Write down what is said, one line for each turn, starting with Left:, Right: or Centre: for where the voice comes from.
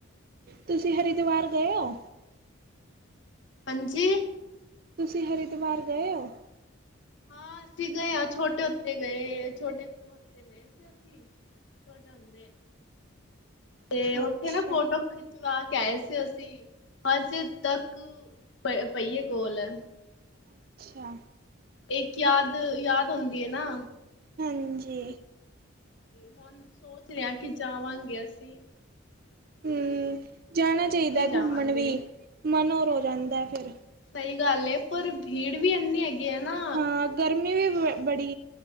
Right: ਤੁਸੀਂ ਹਰਿਦਵਾਰ ਗਏ ਹੋ
Left: ਹਾਂਜੀ
Right: ਤੁਸੀਂ ਹਰਿਦੁਵਾਰ ਗਏ ਹੋ
Left: ਹਾਂ ਅਸੀਂ ਗਏ ਹਾਂ ਛੋਟੇ ਉਤੇ ਗਏ ਛੋਟੇ ਹੋਤੇ ਗਏ ਸੀ ਅਸੀਂ ਤੁਹਾਡਾ ਹੁੰਦੇ ਆ ਤੇ ਉੱਥੇ
Right: ਅੱਛਾ
Left: ਨਾ ਫੋਟੋ ਖਿਚਵਾ ਕੇ ਸੀ ਅਸੀਂ ਹ ਕਿਸੇ ਤੱਕ ਪ ਪਹੀਏ ਕੋਲ ਹੈ
Right: ਅੱਛਾ
Left: ਇੱਕ ਯਾਦ ਯਾਦ ਹੁੰਦੀ ਹੈ ਨਾ
Right: ਹਾਂਜੀ
Left: ਹੁਣ ਸੋਚ ਰਿਹਾ ਕਿ ਜਾਵਾਂਗੇ ਅਸੀਂ
Right: ਹਮ ਜਾਣਾ
Left: ਟ੍ਰੇਨ
Right: ਚਾਹੀਦਾ
Left: ਤੇ ਜਾਵਾਂਗੇ
Right: ਘੁੰਮਣ ਵੀ ਮਨ ਹੋਰ ਹੋ ਜਾਂਦਾ ਫਿਰ
Left: ਸਹੀ ਗੱਲ ਏ ਪਰ ਭੀੜ ਵੀ ਇੰਨੀ ਹੈਗੀ ਹੈ ਨਾ
Right: ਹਾਂ ਗਰਮੀ ਵੀ ਬ ਬੜੀ